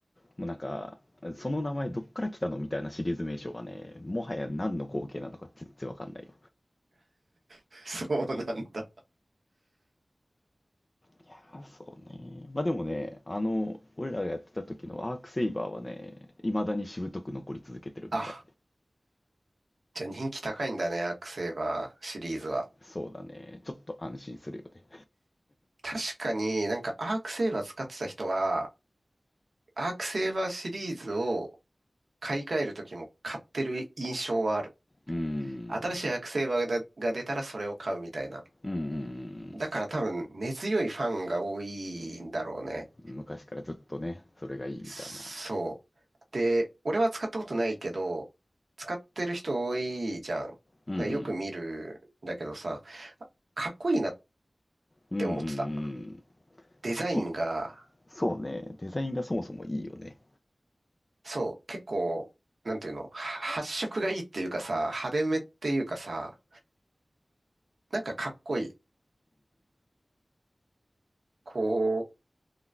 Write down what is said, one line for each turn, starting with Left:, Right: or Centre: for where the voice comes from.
Left: もうなんか、その名前どっから来たのみたいなシリーズ名称がね、もはや何の光景なのか全然わかんないよ。
Right: <laughs> そうなんだ。
Left: いやー、そうね。まあでもね、あの、俺らがやってた時のアークセイバーはね、未だにしぶとく残り続けてるみたい。
Right: あ、じゃあ人気高いんだね、アークセーバーシリーズは。
Left: そうだね。ちょっと安心するよね。
Right: 確かになんかアークセーバー使ってた人は、アークセーバーシリーズを買い替える時も買ってる印象はある。
Left: うーん。
Right: 新しいアクセサリーがが出たらそれを買うみたいな。
Left: うんうん
Right: だから多分根強いファンが多いんだろうね。
Left: うん。昔からずっとね、それがいいみたいな。
Right: そう。で、俺は使ったことないけど、使ってる人多いじゃん。だからよく見るんだけどさ、
Left: うんうん
Right: かっこいいなっ
Left: うんうんうん
Right: て思ってた。デザインが、
Left: あそうそうねデザインがそもそもいいよね
Right: そう、結構、なんていうの、は発色がいいっていうかさ、派手めっていうかさ、なんかかっこいい。こう、